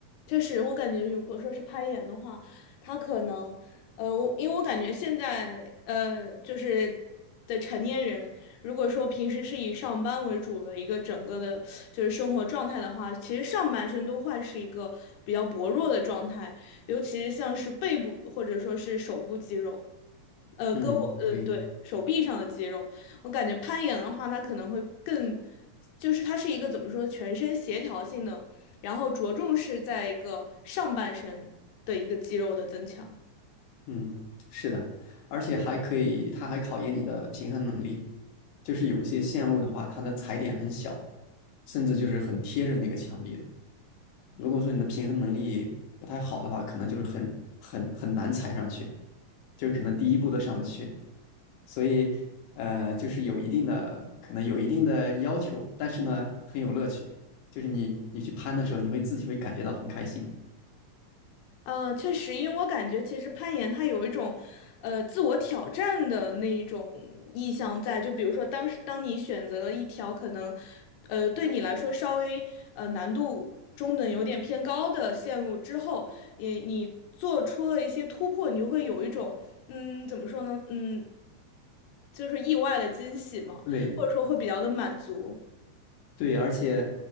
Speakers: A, on the left (about 85°); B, on the left (about 70°).
A: 确实，我感觉如果说是攀岩的话，他可能，呃，我因为我感觉现在，呃，就是的成年人，如果说平时是以上班为主的一个整个的，就是生活状态的话，其实上半身都会是一个比较薄弱的状态，尤其是像是背部或者说是手部肌肉。呃，
B: 嗯，
A: 胳膊，嗯，
B: 对，
A: 对，手臂上的肌肉，我感觉攀岩的话，它可能会更，就是它是一个怎么说，全身协调性的，然后着重是在一个上半身的一个肌肉的增强。
B: 嗯，是的，而且还可以，它还考验你的平衡能力。就是有一些线路的话，它的踩点很小，甚至就是很贴着那个墙壁的。如果说你的平衡能力不太好的话，可能就是很很很难踩上去，就是可能第一步都上不去。所以，呃，就是有一定的可能有一定的要求，但是呢，很有乐趣。就是你你去攀的时候，你会自己会感觉到很开心。
A: 呃，确实，因为我感觉其实攀岩它有一种，呃，自我挑战的那一种意向在。就比如说当时，当当你选择了一条可能，呃，对你来说稍微呃难度中等、有点偏高的线路之后，也你做出了一些突破，你就会有一种，嗯，怎么说呢？嗯，就是意外的惊喜嘛，
B: 对
A: 或者说会比较的满足。
B: 对，而且，